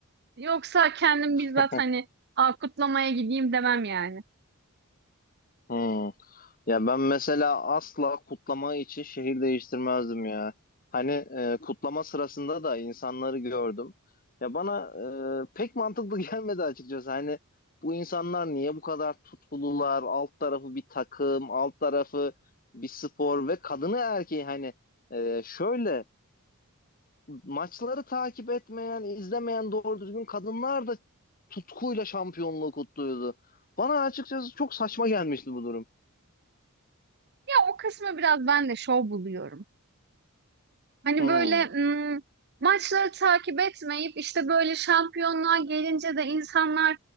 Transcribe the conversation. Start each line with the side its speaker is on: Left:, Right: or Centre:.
Right: Yoksa kendim bizzat
Left: hı.
Right: hani "Aa, kutlamaya gideyim demem yani.
Left: Hı. Ya ben mesela asla kutlama için şehir değiştirmezdim ya. Hani e, kutlama sırasında da insanları gördüm. Ya bana e, pek mantıklı <laughs> gelmedi açıkçası. Hani bu insanlar niye bu kadar tutkulular? Alt tarafı bir takım, alt tarafı bir spor ve kadını erkeği hani e, şöyle maçları takip etmeyen, izlemeyen doğru düzgün kadınlar da tutkuyla şampiyonluğu kutluyordu. Bana açıkçası çok saçma gelmişti bu durum.
Right: Ya o kısmı biraz ben de şov buluyorum. Hani
Left: Hmm.
Right: böyle hmm, maçları takip etmeyip işte böyle şampiyonluğa gelince de insanlar